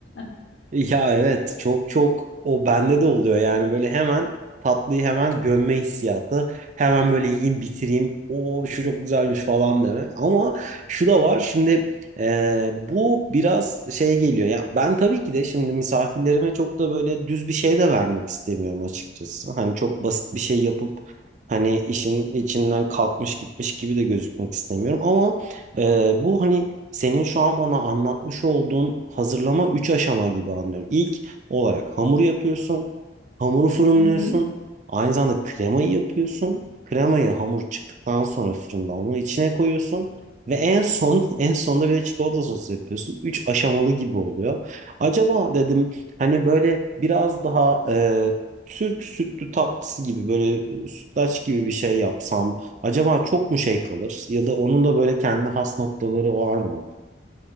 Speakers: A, on the left (about 75°); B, on the right (about 45°).
A: <laughs>
B: Ya evet çok çok o bende de oluyor yani böyle hemen tatlıyı hemen gömme hissiyatı hemen böyle yiyeyim bitireyim o şu çok güzelmiş falan deme ama şu da var şimdi e, bu biraz şeye geliyor ya ben tabii ki de şimdi misafirlerime çok da böyle düz bir şey de vermek istemiyorum açıkçası hani çok basit bir şey yapıp hani işin içinden kalkmış gitmiş gibi de gözükmek istemiyorum ama ee, bu hani senin şu an bana anlatmış olduğun hazırlama 3 aşama gibi anlıyorum. İlk olarak hamur yapıyorsun, hamuru fırınlıyorsun,
A: Hı hı.
B: aynı zamanda kremayı yapıyorsun. Kremayı hamur çıktıktan sonra fırından onu içine koyuyorsun ve en son <laughs> en sonda bir de çikolata sosu yapıyorsun. 3 aşamalı gibi oluyor. Acaba dedim hani böyle biraz daha e, Türk sütlü tatlısı gibi böyle e, sütlaç gibi bir şey yapsam Acaba çok mu şey kalır ya da onun da böyle kendi has noktaları var mı?